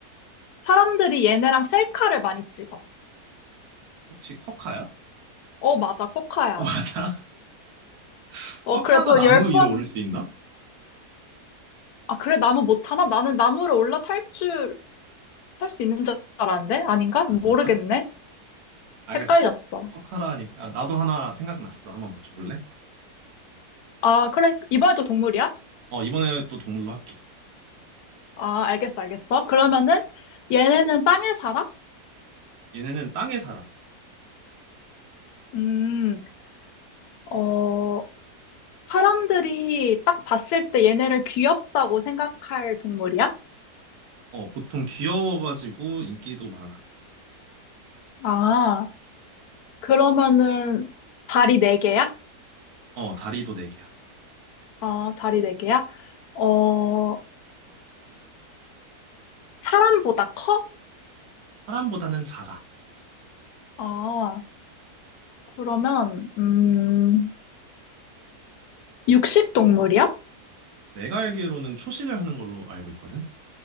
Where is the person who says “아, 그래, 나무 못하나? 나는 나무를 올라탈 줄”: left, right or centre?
Left